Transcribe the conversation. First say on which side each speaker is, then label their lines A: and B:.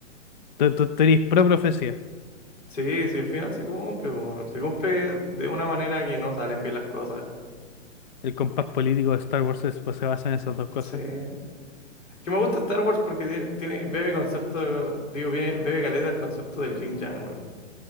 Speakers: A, on the left; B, on the left.
A: Tú, tú, tú eres pro profecía.
B: Sí, sí, al final se cumple, weón. Se cumple de una manera que no salen bien las cosas.
A: El compás político de Star Wars es- pues, se basa en esas dos cosas.
B: Sí. Que me gusta Star Wars porque tiene, tiene- bebe concepto, digo, bebe, bebe caleta el concepto del yin yang, weón.